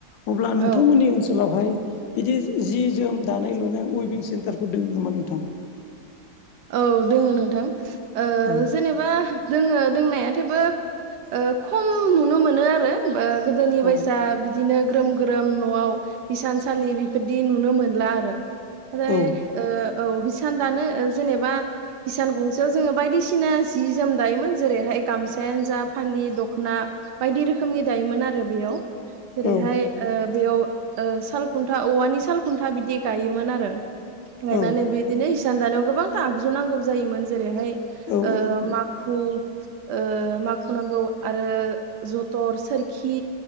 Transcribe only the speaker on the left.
अब्ला
नोंथांमोननि
ओनसोलावहाय बिदि जि जोम दानाय लुनाय उइबिं सेन्टारफोर दोङो नामा नोंथां?
औ
औ
औ
औ
औ
औ